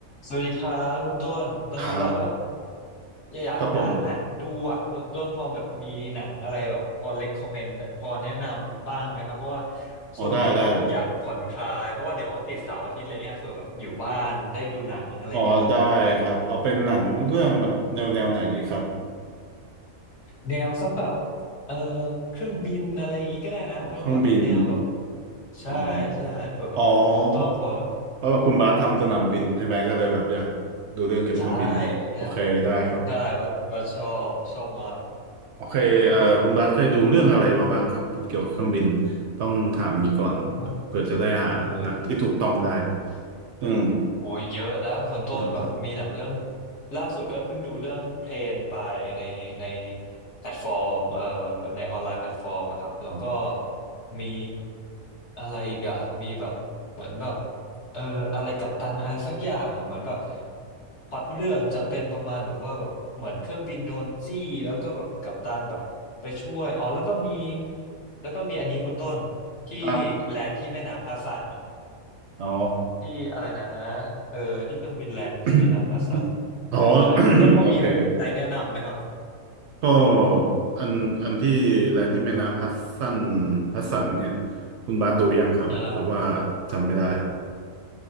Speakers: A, on the left (about 55°); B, on the right (about 65°).
A: สวัสดีครับคุณต้น ตอนนี้ว่าแบบ
B: ครับ
A: อยากหาหนังดูอ่ะคุณต้นพอแบบมีหนังอะไรแบบพอเ
B: ครับผม
A: e ็กคอมเมนต์พอแนะนำบ้างไหมครับเพราะว่า
B: อ๋อได้ได้
A: ช่วงนี้แบบอยากผ่อนคลายเพราะว่าเดี๋ยวติดเสาร์อาทิตย์อะไรเงี้ยเผื่อแบบอยู่บ้านได้ดูหนังอะไรเงี้ยครับ
B: อ๋อได้ครับเอาเป็นหนังเรื่องแบบแนวแนวไหนดีครับ
A: แนวสักแบบเออเครื่องบินอะไรอย่างงี้ก็ได้นะเป็นแบบแนวแบบ
B: อ๋อเครื่องบิน
A: ใช่ใช่เผื่อแบบคุณต้นพอแบบ
B: อ๋ออ๋อเพราะเพราะว่าคุณบาสทำสนามบินใช่ไหมก็เลยแบบอยากดูเรื่องเกี่ยวกับเครื่องบินโอเคได้ครับ
A: ใช่ใช่ใช่ว่าว่าชอบชอบมาก
B: โอเคเอ่อคุณบาสเคยดูเรื่องอะไรมาบ้างครับเกี่ยวกับเครื่องบินต้องถามงี้ก่อนแบบเผื่อจะได้หาหนังที่ถูกต้องได้
A: โอ้าโห
B: อืม
A: โอ้ยเยอะนะคุณต้นแบบมีหนังเรื่อง
B: นะครับ
A: ล่าสุดก็เพิ่งดูเรื่องเพลนไปในในแพลตฟอร์มเอ่อในออนไลน์แพลตฟอร์มอะครับแล้วก็
B: อ๋อ
A: มีอะไรอีกอะมีแบบเหมือนแบบเอ่ออะไรกัปตันอะไรสักอย่างอะเหมือนแบบพล็อตเรื่องจะเป็นประมาณแบบว่าแบบเหมือนเครื่องบินโดนจี้แล้วก็แบบกัปตันแบบไปช่วยอ๋อแล้วก็มีแล้วก็มีอันนี้คุณต้นที่
B: ครับ
A: แลนด์ที่แม่น้ำฮัดสซันอะ
B: อ๋อ
A: ที่อะไรนะเออที่เครื่องบินแลนด์ที่แม่น้ำฮัดสัน
B: <coughs> อ๋อ
A: ใช่คุณต้นพอมีแบบอะไรแนะนำไหมครับ
B: <coughs> โอเค ก็อันอันที่แลนด์ที่แม่น้ำฮัดสันฮัดสันเนี่ยคุณบาสดูยังครับหรือว่า
A: จะ
B: จำไม่ได้